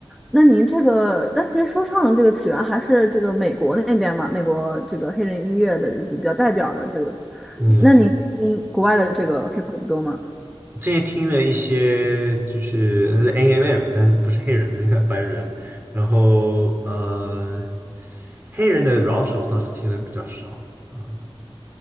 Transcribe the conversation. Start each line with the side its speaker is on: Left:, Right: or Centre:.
Centre: 那您这个，但其实说唱的这个起源还是这个美国那边嘛，美国这个黑人音乐的就是比较代表的这个，
Right: 嗯，
Centre: 那你听国外的这个 hip hop 多吗？
Right: 之前听了一些就是 NMM，但是不是黑人，是一个白人，然后呃黑人的饶舌我倒是听的比较少。嗯